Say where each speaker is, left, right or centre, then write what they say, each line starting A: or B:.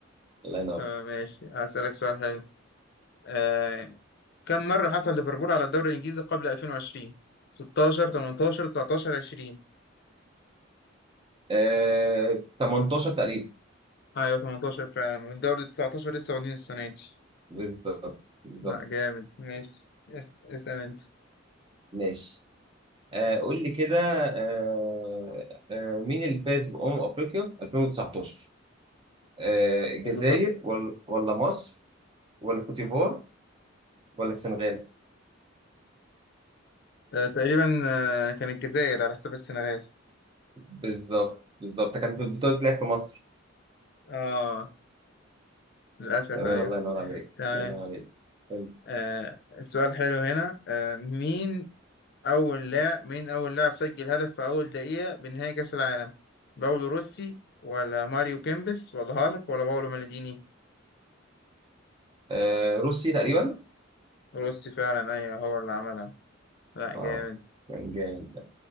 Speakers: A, on the right; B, on the left.
A: الله ينور
B: آه ماشي هسألك سؤال حلو آه كم مرة حصل ليفربول على الدوري الإنجليزي قبل 2020 16 18 19 20
A: آه 18 تقريبا
B: ايوه 18 فعلا والدوري 19 لسه واخدين السنة دي
A: بالظبط بالظبط
B: لا جامد ماشي اس... اسأل انت
A: ماشي آه قول لي كده آه آه مين اللي فاز بأمم أفريقيا 2019 آه الجزائر
B: اللي ف...
A: ولا ولا مصر ولا كوتيفوار ولا السنغال
B: آه، تقريبا آه، كان الجزائر على حساب السنغال
A: بالظبط بالظبط كانت البطولة بتلعب في مصر
B: اه للأسف
A: تمام
B: أيوه
A: الله ينور عليك
B: تمام
A: الله ينور عليك طيب
B: آه، السؤال حلو هنا آه، مين أول لاعب مين أول لاعب سجل هدف في أول دقيقة بنهائي كأس العالم باولو روسي ولا ماريو كيمبس ولا هالك ولا باولو مالديني
A: آه روسي تقريبا
B: روسي فعلا أيوه هو اللي عملها لا
A: اه
B: جامد
A: كان جامد ده